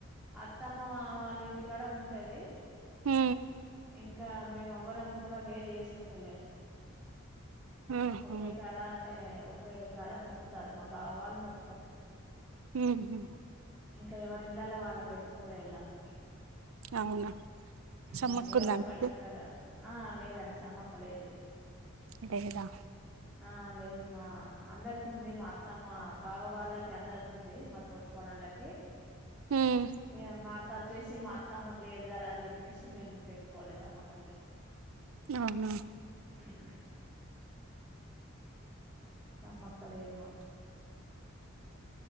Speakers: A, in the centre; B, on the right.
A: అత్తమ్మ వా వాళ్ల ఇంటి కాడ ఉంటది
B: హు
A: ఇంకా మేము ఎవరం కూడా వేరు వేసుకుంటలేము
B: ఆహా
A: ఒకే కాడ అంటే ఒకే కాడ మొక్కుతారు మా బావ వాళ్ళు మొక
B: హుహు
A: ఇంకా ఎవరి ఇన్ లల్లా వాళ్ళం పెట్టి కోల ఎల్లమ్మకి
B: అవునా
A: యూ
B: సమ్మక్కుందా
A: మేం ఒక్కటి
B: మీకు
A: కాడ ఆ లేదండి సమ్మక్క లేదు
B: లేేదా
A: ఆ లేదమ్మా అందరికి ఉంది మా అత్తమ్మ బావ వాళ్ళకి అందరికి ఉంది మా తోటి కోడళ్ళకి
B: ఉమ్
A: ఏ మాక్ క్కచ్చే సి మా అత్తమ్మకు లేదు గదా అని జెప్పేసి మేము పెట్టుకోలే సమ్మక్క కి
B: అవునా
A: ఊ హు సమ్మక్క లేదు మాకు